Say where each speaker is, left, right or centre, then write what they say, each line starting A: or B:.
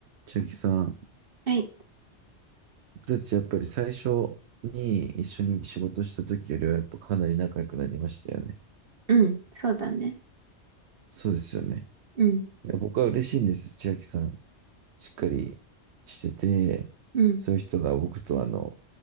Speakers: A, on the right; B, on the right.
A: 千秋さん、
B: はい。
A: 僕たちやっぱり最初に一緒に仕事した時よりはやっぱかなり仲良くなりましたよね。
B: うん。そうだね。
A: そうですよね。
B: うん。
A: いや、僕は嬉しいんです。千秋さん、しっかりしてて、
B: うん。
A: そういう人が僕とあの、